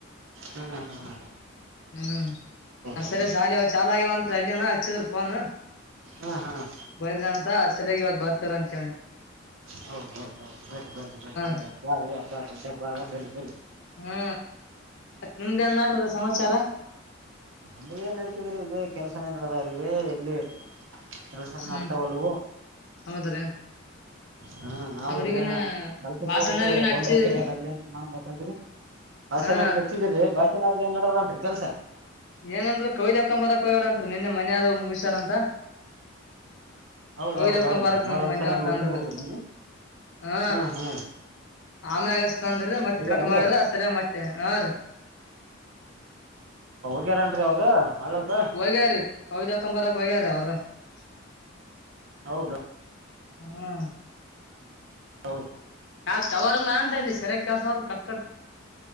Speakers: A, on the right; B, on the left.
A: ಹ್ಮ್ ಹ್ಮ್
B: ಹ್ಮ್
A: ಹೌದು
B: ಸರಿ ಶಾಲೆ ಚಾಲ ಆವಂತ ಲ್ಲಿಯಣ ಹ ಅಚ್ಚ ತರ್ಪಾನ.
A: ಹಾಂ ಹಾಂ
B: ಬರ್ರ ಅಂತ ಸಲಗೆ ಹ ಬರ್ತರಂತ
A: ಹೌದೌದು ಬನ್ ಬನ್ರಿ ಬನ್ರಿ ಬಿರೆ
B: ರೀ
A: ಅಪಾರ್ಟ್ಮೆ ಹಬ್ ತರ ಬರಿ
B: ಹ್ಮ ನಿಮ್ದೇನ್ ನಡ್ದದ ಸಮಾಚಾರ?
A: ನಂಬ ಏನ್ ನಡತಿದ್ರಿ ಇ ಕೆಲ್ಸಾನೇ ನಡದಾವ ಇ ಎಲ್ಲಿ? ಕೆಲ್ಸನ
B: ಹ್ಮ್
A: ಆತಾವಲ್
B: ಹೌದ್ರಿ
A: ಹಾ ನಾವು
B: ಅವ್ರಿಗನ
A: ಎಲ್ಲೇನ ಕೆಲ್ಸಕ್ಕೆ
B: ಬಾಸಣ್ಣರಿಗನ
A: ಹೋಗ್ರಿ ಗೌಂಡರ್ಕಾಯಾಗ
B: ಹಚ್ಚಿದವ್ರಿ
A: ಅಲ್ಲಿ ಅ ನ ಶಂತು ರ ಭಾಷೆ
B: ಹಾ
A: ನ ಹೆಚ್ಚಿದೀರ್ರಿ ಭಾಷೆ? ನ್ನಡರನ್ರಿ ಕೆಲ್ಸ?
B: ಏನನ್ರಿ ಕವಿದ ಹಾಕೊ ಬರಕ್ ಹೋಗ್ಯಾರತ್ರಿ ನಿನ್ನೆ ಮನ್ದ ಹುಷಾರಂತ.
A: ಹೌದೌದ
B: ದ್ ಹಕೊ
A: ಹೌದ್ರೀ
B: ಬರಕ್
A: ಮೊಹರಂ
B: ಮಂದಂತಂದ್ರಿ
A: ಸಲ ಉಸಿರ್ಬೇಕ್ರೀ ಮನಿ
B: ಹ
A: ಹಾ ಹಾ
B: ಆಮ್ಯಾಗಸ್ ಅಂದ್ರ ಮತ್ತೆ
A: ಹೋಗ್ಯಾರನ್ರಿ
B: ಕಟ್ ಮಾಡಿದ್ರ ಅ್ ಸರಿಯಾಗಿ ಮತ್ತೆ ಹ ರೀ.
A: ಹಗಾರನ್ರಿ ಅವ್ರು? ಹಳ್ಳಕ್ಕ
B: ಹ್ಯಾರೀ ಕವಿದ ಹಕೊಂಡಂಬರಕ್ ಹಗ್ಯಾರೀ ಅವ್ರ <unintelligible>
A: ಹೌದ
B: ಹ್ಮ.
A: ಹೌದು.
B: ಆ ತವರಲ್ಲಾ ಅ. ಸರೆ ಕ ಸ ಕಟ್ಕಟ್.